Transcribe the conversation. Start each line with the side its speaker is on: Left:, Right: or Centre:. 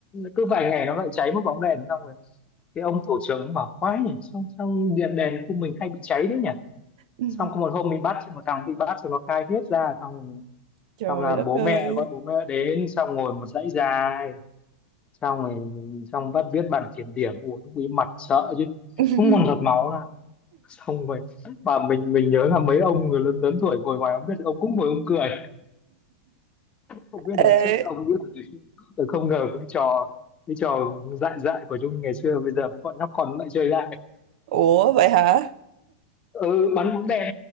Left: cứ vài ngày nó lại cháy một bóng đèn xong rồi cái ông tổ trưởng ông bảo quái nhỉ xong xong đèn đèn khu mình hay bị cháy đấy nhỉ
Right: <laughs>
Left: xong có một hôm bị bắt xong một thằng bị bắt rồi nó khai hết ra xong rồi
Right: trời
Left: xong là
Right: đất
Left: bố
Right: ơi
Left: mẹ gọi bố mẹ đến xong ngồi một dãy dài xong rồi mình xong bắt viết bản kiểm điểm buồn lúc ấy mặt sợ chứ
Right: <laughs>
Left: không còn giọt máu nào xong rồi mà mình mình nhớ là mấy ông người lớn lớn tuổi ngồi ngoài không biết ông cũng ngồi ông cười không biết
Right: Ê,
Left: là chắc ông biết là từ- từ không ngờ cái trò cái trò dại dại của Nhung ngày xưa bây giờ mấy bọn nhóc con nó lại chơi lại
Right: ủa vậy hả
Left: ừ, bắn bóng đèn